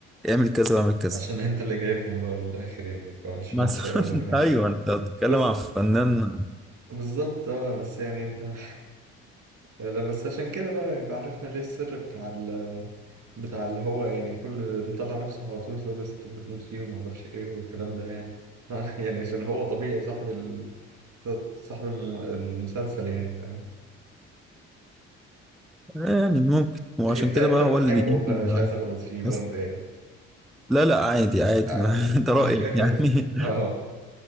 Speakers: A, in the centre; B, on the right (about 60°).
A: اعمل كذا واعمل كذا
B: عشان انت اللي جايبهم بقى من الاخر يعني فمش
A: مثلا
B: حدش هيقول لك حاجه
A: <laughs> ايوه انت بتتكلم
B: بس
A: عن فنان
B: بالظبط اه بس يعني انت <laughs> ده بس عشان كده بقى يبقى عرفنا ليه السر بتاع ال بتاع اللي هو يعني كل مطلع نفسه على طول يقول الستات بتموت فيه وما اعرفش ايه والكلام ده يعني <laughs> يعني عشان هو طبيعي صاحب ال... صاحب الم... المسلسل يعني فاهم
A: يعني ممكن وعشان
B: انت
A: كده
B: انت
A: بقى
B: بتحبه
A: هو اللي بيجيب
B: فانا مش عايز اغلط فيه برضه
A: بس
B: يعني
A: لا لا عادي عادي
B: عادي
A: <laughs> ما انت رأيك
B: <laughs>
A: يعني
B: اه